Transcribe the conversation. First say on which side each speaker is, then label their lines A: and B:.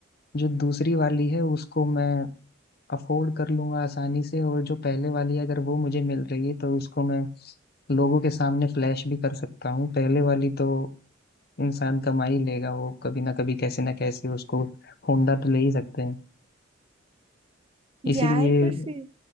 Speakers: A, on the left; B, on the right.
A: जो दूसरी वाली है उसको मैं अफोर्ड कर लूंगा आसानी से और जो पहले वाली है अगर वो मुझे मिल रही है तो उसको मैं लोगों के सामने फ्लैश भी कर सकता हूँ पहले वाली तो इंसान कमा ही लेगा वो कभी ना कभी कैसे ना कैसे उसको होंडा तो ले ही सकते हैं इसीलिए
B: यार पर फिर